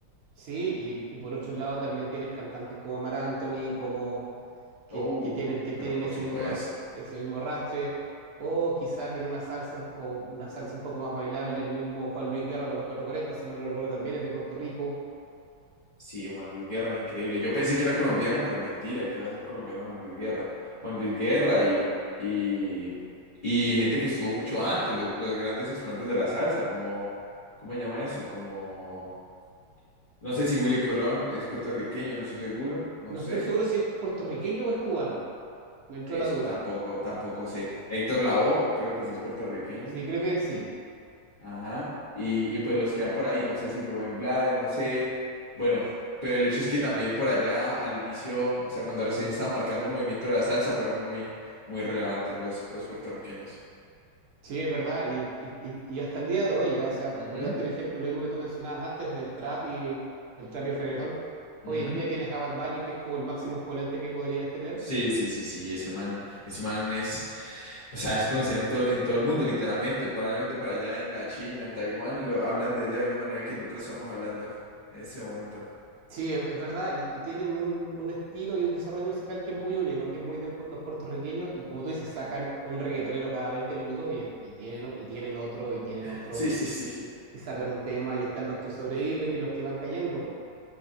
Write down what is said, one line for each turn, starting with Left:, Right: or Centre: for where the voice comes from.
Right: Sí, y, y por otro lado también tienes cantantes como Mar Anthony, como que,
Left: Oh,
Right: que tienen, que tienen
Left: pero por
Right: ese
Left: supuesto.
Right: mismo, r- ese mismo rastre, o quizás en una salsa un- o una salsa un poco más bailable, el mismo Juan Luis Guerra con los cuatro cuarenta si mal no recuerdo también, es de Puerto Rico.
Left: Sí, Juan Luis Guerra, increíble. Yo pensé que era colombiano, pero mentira, que va a ser colombiano Juan Luis Guerra. Juan Luis Guerra y, y, y gente que estuvo mucho antes, los, los grandes exponentes de la salsa, como, ¿cómo se llama eso? Como No sé si Willy Colón es puertorriqueño, no estoy seguro, no
Right: No
Left: sé.
Right: estoy seguro si es puertorriqueño o es cubano, me entró
Left: Eso
Right: la duda.
Left: tampoco, tampoco sé. Héctor Lavoe, creo que sí es puertorriqueño.
Right: Sí, creo que él sí.
Left: Ajá. Y, y pues los que van por ahí, no sé si Rubén Blades, no sé. Bueno, pero el hecho es que también por allá al inicio, o sea, cuando recién estaban marcando el movimiento de la salsa, fueron muy, muy relevantes los, los puertorriqueños.
Right: Sí, es verdad, y, y- y- y hasta el día de hoy, ya, O sea,
Left: Ujú,
Right: por darte un ejemplo, lo mismo que tú mencionabas antes del trap y el trap y el reggaetón, hoy
Left: ujú.
Right: en día tienes a Bad Bunny, que es como el máximo exponente que podrías tener,
Left: Sí, sí, sí, sí, ese man, ese man es, o sea, es conocido en, to- en todo el mundo, literalmente, probablemente para allá en la China, en Taiwán, lo hablan de él de la misma manera que nosotros estamos hablando en ese momento.
Right: Sí, es es verdad, y, y tienen un, un estilo y un desarrollo musical que es muy único, que es muy de los puertorriqueños, y como tú dices, sacan un reggaetonero cada 20 minutos y, es- y, tienen, y tienen otro, y tienen
Left: <laughs>
Right: otro,
Left: Sí, sí, sí, sí,
Right: y sacan un tema, y están los que sobreviven y los que van cayendo.